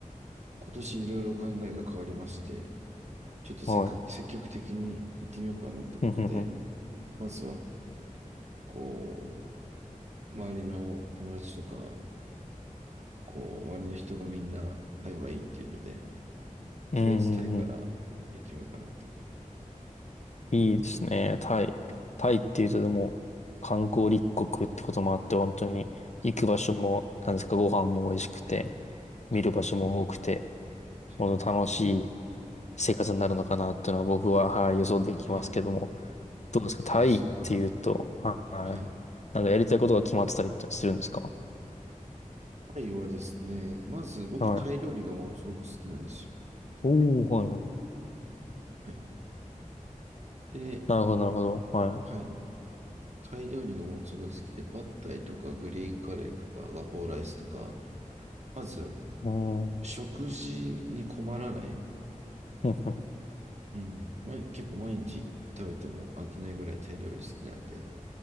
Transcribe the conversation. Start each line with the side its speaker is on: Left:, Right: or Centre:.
Right: 今年いろいろ考えが変わりまして、ちょっとせっかく積極的に行ってみようかなってことで、
Left: はい。うん、うん、うん。
Right: まずは、こう、周りの友達とか、こう、周りの人がみんなタイはいいっていうので、
Left: うん、
Right: とりあえずタイから行ってみようかなと。
Left: うん。うんいいですね、タイ。タイっていうとでも、観光立国ってこともあって、本当に行く場所も、なんですか、ご飯も美味しくて、見る場所も多くて、
Right: はい、はい、
Left: 本当楽しい生活になるのかなっていうのは僕は、はい、予想できますけども、
Right: はい。
Left: どうですか、
Right: そうですよね。
Left: タイっていうと、はい
Right: はい。
Left: なんかやりたいことが決まってたりってするんですか
Right: タイはですね、まず僕、
Left: はい。
Right: タイ料理がものすごく好きなんですよ。
Left: おー、はいはい。
Right: はい。で、
Left: なるほど、なるほど。はい。
Right: はい。タイ料理がものすごい好きで、パッタイとかグリーンカレーとかガポーライスとか、まず、
Left: うん。
Right: 食事に困らない。
Left: ふんふん
Right: うん。毎結構毎日食べても飽きないぐらいタイ料理好きなんで。